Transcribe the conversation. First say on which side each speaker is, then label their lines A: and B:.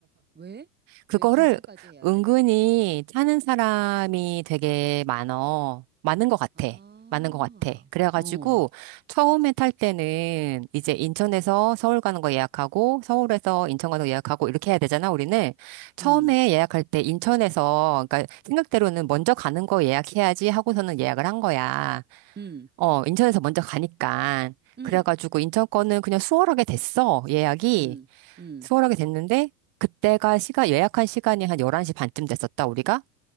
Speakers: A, on the right; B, on the right.
A: 왜?
B: 그거를
A: 왜 긴장까지 해야
B: 은근히
A: 돼?
B: 하는 사람이 되게 많어. 많은 것 같아.
A: 아,
B: 많은 것 같아. 그래가지고
A: 어,
B: 처음에 탈 때는 이제 인천에서 서울 가는 거 예약하고 서울에서 인천 가는 거 예약하고 이렇게 해야 되잖아, 우리는. 처음에
A: 음,
B: 예약할 때 인천에서, 그러니까 생각대로는 먼저 가는 거 예약해야지 하고서는 예약을 한 거야.
A: 음,
B: 어, 인천에서 먼저 가니까.
A: 음,
B: 그래가지고 인천 거는 그냥 수월하게 됐어, 예약이.
A: 음, 음.
B: 수월하게 됐는데 그때가 시간 예약한 시간이 한 11시 반쯤 됐었다 우리가